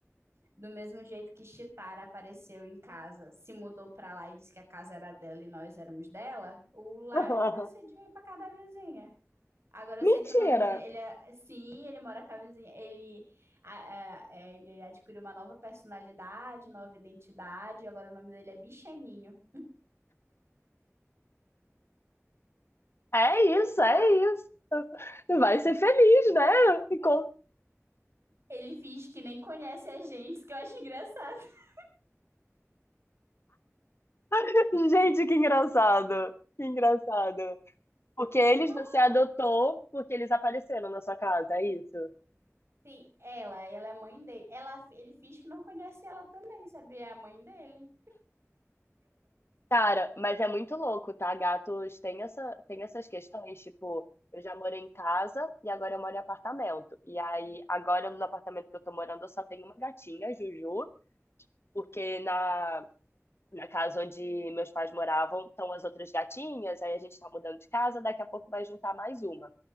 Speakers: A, on the right; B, on the left.
A: do mesmo jeito que Chitara apareceu em casa, se mudou pra lá e disse que a casa era dela e nós éramos dela, o Lion
B: <laughs>
A: decidiu ir pra casa da vizinha. Agora eu
B: Mentira!
A: sei que o nome dele é. Sim, ele mora com a vizinha. Ele, a- a- é, ele adquiriu uma nova personalidade, nova identidade. Agora o nome dele é Bichaninho.
B: É
A: Ele,
B: isso,
A: tá,
B: é isso. Vai ser feliz, né? Encon-
A: ele finge que nem conhece a gente, que eu acho engraçado. <laughs>
B: <laughs> Gente, que engraçado. Que engraçado. Porque
A: Ele
B: eles
A: tá
B: você adotou
A: lá.
B: porque eles apareceram na sua casa, é isso?
A: Sim, ela, ela é a mãe dele. Ela, ele finge que não conhece ela também, sabia? É a mãe dele.
B: Cara, mas é muito louco, tá? Gatos têm essa, têm essas questões, tipo, eu já morei em casa e agora eu moro em apartamento. E aí, agora no apartamento que eu tô morando, eu só tenho uma gatinha, Juju, porque na, na casa onde meus pais moravam estão as outras gatinhas, aí a gente tá mudando de casa, daqui a pouco vai juntar mais uma.